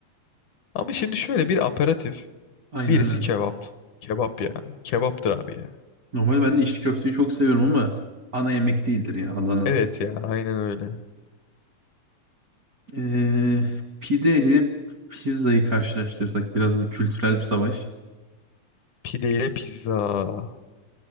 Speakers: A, on the left; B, on the right.
A: Ama şimdi şöyle bir aperatif.
B: Aynen
A: Birisi
B: öyle.
A: kebap. Kebap ya. Kebaptır abi ya.
B: Normalde ben de içli köfteyi çok seviyorum ama ana yemek değildir ya Adana.
A: Evet ya aynen öyle.
B: Ee, pide ile pizzayı karşılaştırsak biraz da kültürel bir savaş.
A: Pide ile pizza.